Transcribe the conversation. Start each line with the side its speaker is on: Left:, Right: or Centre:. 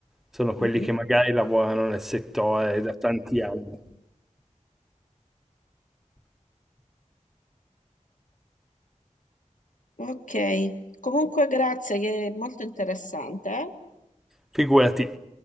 Centre: Sono quelli
Left: Mhm, mhm.
Centre: che magari lavorano nel settore da tanti anni.
Left: Ok, comunque grazie, che è molto interessante. eh.
Centre: Figurati,